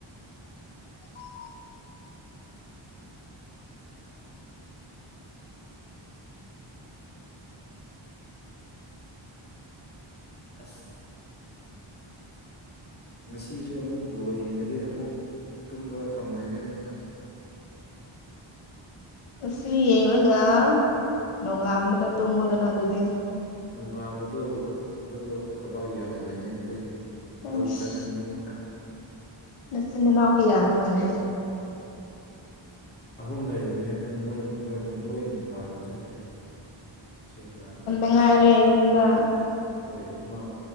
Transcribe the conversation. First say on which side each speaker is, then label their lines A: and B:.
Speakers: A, on the left; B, on the left.
A: <inaudible>
B: ꯑꯁ ꯉꯁꯤꯁꯨ ꯑꯃꯨꯛ ꯕꯣ ꯌꯦꯡꯉꯗꯤ ꯑꯃꯨꯛ ꯇꯨꯝꯕ ꯐꯪꯉꯣꯏꯅꯦ ꯑꯃꯨꯛꯀ
A: ꯉꯁꯤ ꯌꯦꯡꯂꯒ ꯅꯣꯡꯉꯥꯟꯕꯗ ꯇꯨꯝꯃ‍ꯣꯗꯅ ꯑꯗꯨꯗꯤ
B: ꯅꯣꯡꯉꯥꯟꯕꯗ‌ꯣ ꯑꯗ‌ꯣ ꯊꯕꯛ ꯌꯥꯝꯈ꯭ꯔꯦꯅꯦ ꯑꯈꯣꯏꯒꯤ꯫
A: ꯑꯁ
B: ꯂꯧ ꯆꯠꯀꯅꯤꯃꯣꯛꯀ꯫
A: ꯅꯆꯤꯟ ꯅꯅꯥꯎ ꯀꯌꯥꯅꯣ ꯅꯪꯗꯤ
B: ꯑꯍꯨꯝ ꯂꯩꯕꯅꯦ ꯑꯗꯣ ꯃꯣꯏ ꯃꯣꯏꯗꯣ ꯂꯣꯏ ꯃꯄꯥꯟ ꯆꯠꯈ꯭ꯔꯦ ꯁꯦꯜ ꯇꯥꯅꯕ
A: ꯉꯥꯔꯦ ꯌꯨꯝꯗ꯫
B: ꯍꯣꯏ ꯏꯃꯥ